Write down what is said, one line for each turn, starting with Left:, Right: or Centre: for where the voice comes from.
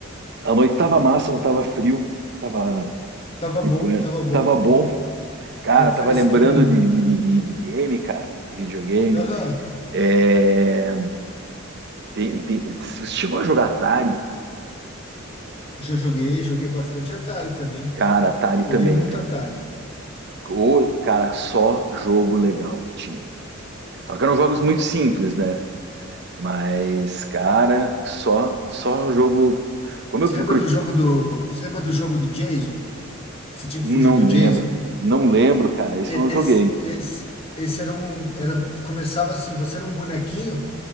Right: a noite tava massa, não tava frio, tava
Left: tava
Right: depois,
Left: bom, tava bom.
Right: tava bom. Cara,
Left: Tava
Right: tava
Left: fresquinho,
Right: lembrando de,
Left: né?
Right: de, de- de game, cara, de videogame.
Left: Aham.
Right: É, tem, tem, você chegou a jogar Atari?
Left: Já joguei, joguei bastante Atari também.
Right: Cara, Atari também,
Left: Joguei muito
Right: cara.
Left: Atari.
Right: Ô, cara, só jogo legal que tinha, cara. Só que eram jogos muito simples, né? Mas, cara, só só jogo. Como
Left: Você
Right: eu procuro.
Left: lembra do jogo do, você lembra do jogo do Jason? você tinha
Right: Não
Left: que fugir do Jason.
Right: lembro. Não lembro, cara. Isso
Left: Esse,
Right: eu não joguei.
Left: esse, esse era um, era, começava assim, você era um bonequinho.